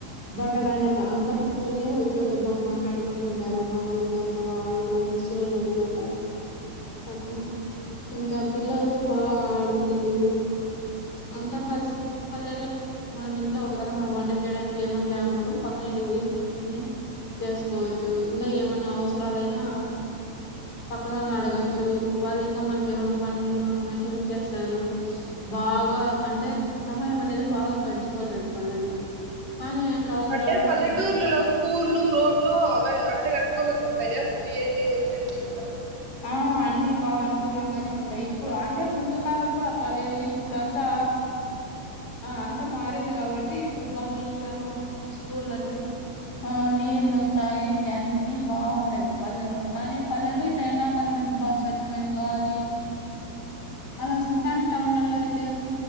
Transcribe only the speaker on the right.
అంటే పల్లెటూర్లలో
స్కూళ్లు, రోడ్లు లో అంటే అనుకూలంగా ఉంటాయా పొయ్యేటి వచ్చేటి గిన